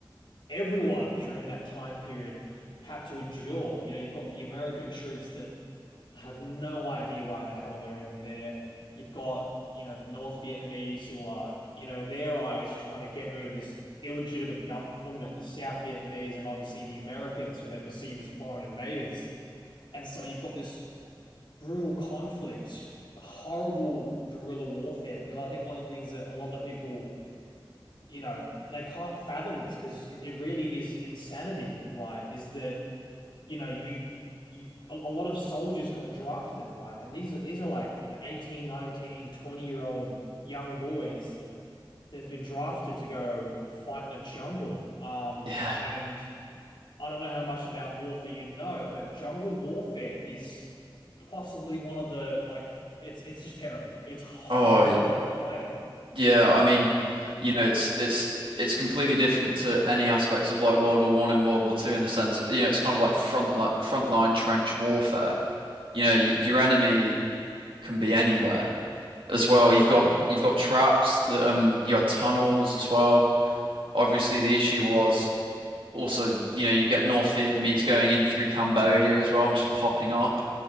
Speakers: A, on the left; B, on the right.
A: everyone during that time period had to endure. You know, you've got the American troops that have no idea why the hell they're even there. You've got, you know, the North Vietnamese who are, you know, in their eyes trying to get rid of this illegitimate government, the South Vietnamese, and obviously the Americans who they perceive as foreign invaders. And so you've got this brutal conflict, horrible guerrilla warfare. Because I think one of the things that a lot of people, you know, they can't fathom this because it really is insanity, right? Is that you know, you you a, a lot of soldiers got drafted, right? And these are these are like, you know, 18, 19, 20 year old young boys that have been drafted to go fight in a jungle. Um,
B: yeah.
A: and I don't know how much about warfare you know, but jungle warfare is possibly one of the like it's it's just terrible. It's horrible
B: Oh.
A: to have to fight
B: Yeah, I mean, you know, it's it's it's completely different
A: in.
B: to any aspects of like World War One and World War Two in the sense of, you know, it's kind of like front li frontline trench warfare. You know, y your enemy can be anywhere as well.
A: Exactly.
B: You've got you've got traps that um you had tunnels as well. Obviously, the issue was also, you know, you get North Vietnamese going in through Cambodia as well and just popping up